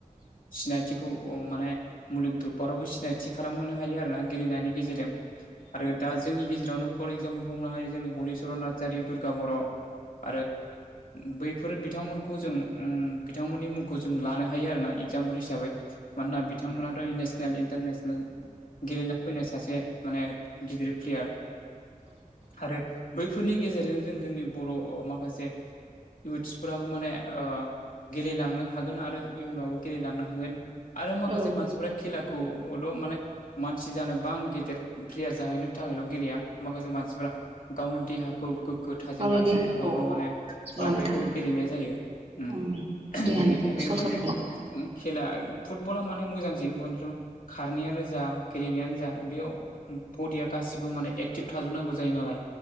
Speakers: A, on the left; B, on the right.
A: सिनायथिखौ माने मुलुग दरबारावबो सिनायथि खालामहोनो हायो आरोना गेलेनायनि गेजेरजों आरो दा जोंनि गेजेरावनो फर एगजामपोल हमनो हायो जोंनि हलिचरन नार्जारि दुर्गा बर' आरो बैफोर बिथांमोनखौ जों बिथांमोननि मुंखौ जों लानो हायो आरोना। एगजामपोल हिसाबै मानोना बिथांमोनाथ' नेसनेल इन्टारनेसनेल गेलेना फैनाय सासे माने गिदिर प्लेयार आरो बैफोरनि गेजेरजों जों जोंनि बर' माखासे इुथ्सफोराबो माने गेलेलांनो हागोन आरो इयुनावबो गेलेलांनो हागोन। आरो माखासे
B: औ औ
A: मानसिफ्रा खेलाखौल' माने मानसि जानोबा आं गेदेर प्लेयार जाहैनो थाखायल' गेलेया। माखासे मानसिफोरा गावनि देहाखौ गोग्गो थाजिम
B: गावनि
A: लाखिनो
B: देहाखौ
A: थाखायबो माने
B: खालामनो
A: बेखौ
B: थाखाय
A: गेलेनाय जायो बेनि
B: ओं देहानि थैखौ
A: थाखायनो
B: सलसल
A: माने
B: खालाम
A: खेला फुटबला माने मोजां जे बय खारनायानो जा गेलेनायानो जा बेयाव बडिया गासिबो माने ए एटिभ थाजोबनांगौ जायो नालाय